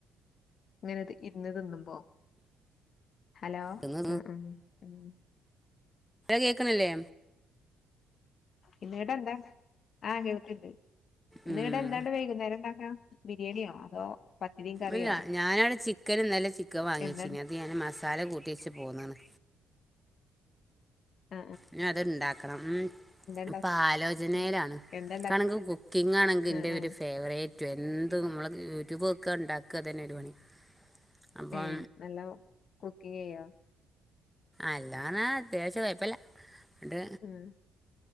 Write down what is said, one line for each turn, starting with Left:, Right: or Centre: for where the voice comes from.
Left: ഇങ്ങനെത് ഇര്ന്ന് തിന്നുമ്പോ ഹലോ
Centre: തിന്ന്
Left: ആഹ് ആഹ്.
Centre: കേക്ക്ണില്ലേ?
Left: ഇന്നീടെ എന്താ അഹ് കേൾകിൻഡ് ഇന്നീടെ
Centre: ഉം
Left: എന്താണ്ട് വൈകുന്നേരം ഉണ്ടാക്കാ ബിരിയാണിയോ അതോ പത്തിരിയും കറിയോ
Centre: ഇല്ല ഞാൻ അവിടെ ചിക്കന ഞാൻ ചിക്കൻ വാങ്ങിച്ചിനി
Left: എന്താ
Centre: അത് ഞാൻ മസാല കൂട്ടി വച്ച് പോുന്നന്ന്
Left: ആ
Centre: ഇനി അത്ണ്ടാക്കണം മ്
Left: ഇണ്ടാ
Centre: ഇപ്പൊ ആലോചനയിലാണ്
Left: ഉം എന്താ ഇണ്ടാക്ക
Centre: ക്കണെങ്കിൽ കുക്കിംഗ് ആണെങ്കിൽ എന്റെ
Left: ആഹ് ആഹ്
Centre: ഒരു ഫേവറേറ്റ് എന്ത് നമ്മൾ റ്റൂബൊക്കെ ഉണ്ടാക്കുക തന്നെ ഒരു പണി അപ്പം
Left: ഏ നല്ല കുക്കിങ് ചെയ്യാ
Centre: അല്ലാണ അത്യാവശ്യ കുഴപ്പില്ല ണ്ട്
Left: ആഹ്